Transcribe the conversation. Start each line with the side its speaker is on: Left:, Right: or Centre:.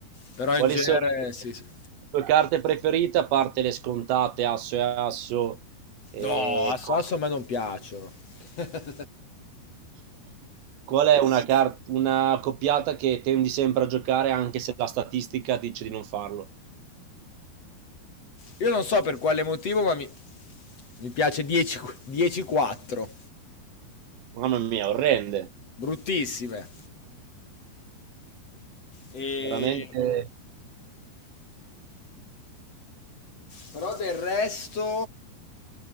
Left: Però
Right: Quali
Left: in genere
Right: sono le
Left: sì, sì.
Right: tue carte preferite, a parte le scontate, asso e asso? E...
Left: No, Asso Asso a me non piacciono. <laughs>
Right: Qual è una, car- una coppiata che tendi sempre a giocare anche se la statistica dice di non farlo?
Left: Io non so per quale motivo, ma mi, mi piace 10 10-4.
Right: Mamma mia, orrende.
Left: Bruttissime. E...
Right: Veramente.
Left: Però del resto,